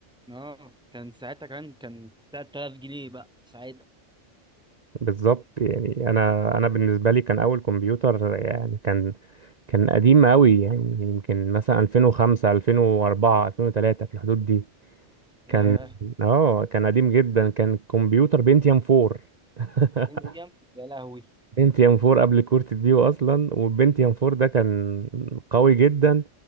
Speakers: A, in the centre; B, on the right.
A: اه كان ساعتها كان كان 3000 جنيه بقى ساعتها
B: بالظبط يعني انا انا بالنسبة لي كان اول كمبيوتر يعني كان كان قديم قوي يعني يمكن مثلا 2005 2004 2003 في الحدود دي
A: ياه
B: كان جامد اه كان قديم جدا كان كمبيوتر بنتيوم 4 <laughs>
A: انتيم يا لهوي
B: بنتيام 4 قبل كورت ديو اصلا والبنتيام 4 ده كان قوي جدا